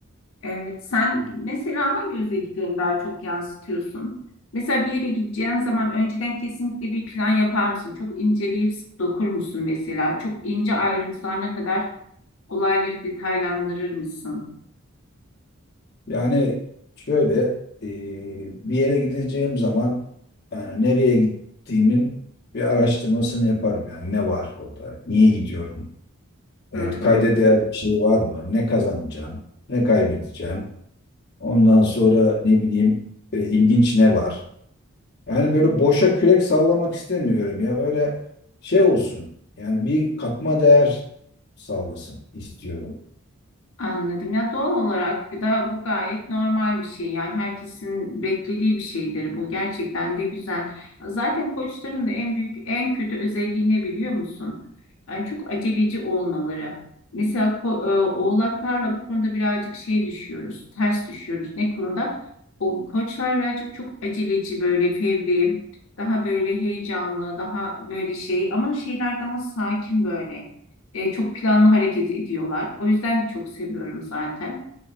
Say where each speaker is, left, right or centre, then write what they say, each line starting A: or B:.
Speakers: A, on the left (about 75°); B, on the left (about 50°).
A: Evet, sen mesela hangi özelliklerini daha çok yansıtıyorsun? Mesela bir yere gideceğin zaman önceden kesinlikle bir plan yapar mısın? Çok inceleyip sık dokur musun mesela? Çok ince ayrıntılarına kadar olayları detaylandırır mısın?
B: Yani şöyle e, bir yere gideceğim zaman yani nereye gittiğimin bir araştırmasını yaparım yani ne var orada, niye gidiyorum, yani
A: Hı hı.
B: kayda değer bir şey var mı, ne kazanacağım, ne kaybedeceğim, ondan sonra ne bileyim e, ilginç ne var. Yani böyle boşa kürek sallamak istemiyorum ya böyle şey olsun yani bir katma değer sağlasın istiyorum.
A: Anladım. Ya doğal olarak da bu gayet normal bir şey. Yani herkesin beklediği bir şeydir bu. Gerçekten de güzel. Zaten koçların da en büyük, en kötü özelliği ne biliyor musun? Yani çok aceleci olmaları. Mesela ko- e, oğlaklarla bu konuda birazcık şey düşüyoruz, ters düşüyoruz. Ne konuda? O koçlar birazcık çok aceleci böyle fevri, daha böyle heyecanlı, daha böyle şey ama şeyler daha sakin böyle. E, çok planlı hareket ediyorlar. O yüzden de çok seviyorum zaten.